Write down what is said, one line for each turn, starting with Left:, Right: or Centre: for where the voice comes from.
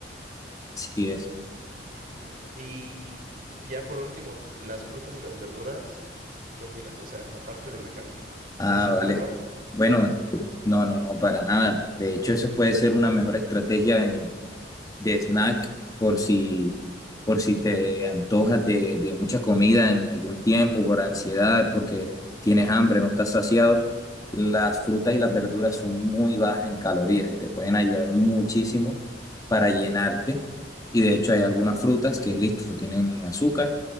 Left: Así es.
Right: Ujú. Y ya por último, las frutas y las verduras, ¿qué opinas? O sea, aparte de la carne,
Left: Ah,
Right: ¿es malo?
Left: vale. Bueno, no, no, no, para nada. De hecho, eso puede ser una mejor estrategia de snack por si, por si te antojas de, de mucha comida en algún tiempo, por ansiedad, porque tienes hambre, no estás saciado. Las frutas y las verduras son muy bajas en calorías y te pueden ayudar muchísimo para llenarte. Y de hecho hay algunas frutas que, listo, tienen azúcar,